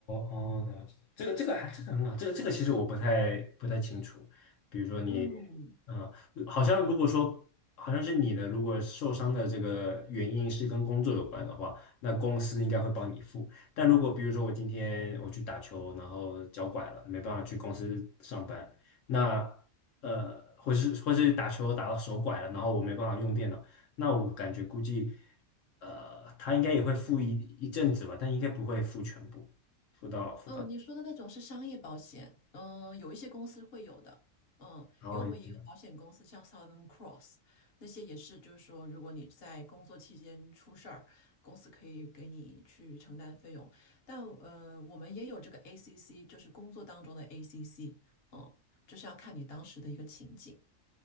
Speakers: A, on the left; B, on the left.
A: 哦，了解，这个这个还这个很好，这个这个其实我不太不太清楚。比如说你，
B: 嗯，
A: 嗯、好像如果说好像是你的，如果受伤的这个原因是跟工作有关的话，那公司应该会帮你付。但如果比如说我今天我去打球，然后脚拐了，没办法去公司上班，那呃，或是或是打球打到手拐了，然后我没办法用电脑，那我感觉估计呃，他应该也会付一一阵子吧，但应该不会付全部。辅导辅导，
B: 嗯，你说的那种是商业保险，嗯，有一些公司会有的，嗯，
A: 然后也是
B: 因为我们也有保险公司，像 Southern Cross 那些也是，就是说，如果你在工作期间出事儿，公司可以给你去承担费用。但呃，我们也有这个 ACC，就是工作当中的 ACC，嗯，就是要看你当时的一个情景。